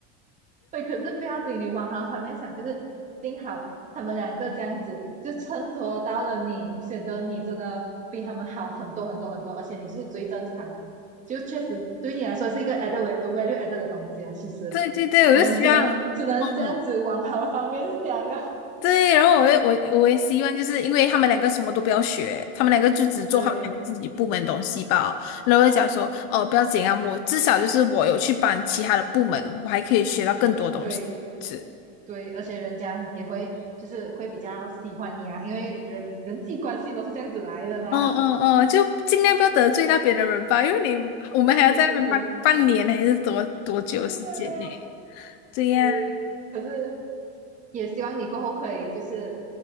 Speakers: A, on the right; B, on the left.
A: 对，可是不要紧，你往好方面想，就是幸好他们两个这样子，就衬托到了你，显得你真的比他们好很多很多很多，而且你就是最正常的，就确实对你来说是一个 added va- l u e added 的东西啦。其实
B: 对对对，我就希望，
A: 我们只能只能这样子往好方面想啊，
B: 哦。对，然后我也我我也希望，就是因为他们两个什么都不要学，他们两个就只做他们两个自己部门的东西吧。
A: 对
B: 然后我就讲说，哦，不要紧啊，我至少就是我有去帮其他的部门，我还可以学到更多东西。
A: 对
B: 是，
A: 对，而且人家也会就是会比较喜欢你啊，因为人人际关系都是这样子来的嘛。
B: 嗯嗯嗯，
A: <laughs>
B: 就尽量不要得罪那边的人吧，因为你我们还要在那边半半年还是多多久的时间呢？
A: 对对对，是的啊，
B: 对呀，
A: 对。可是也希望你过后可以就是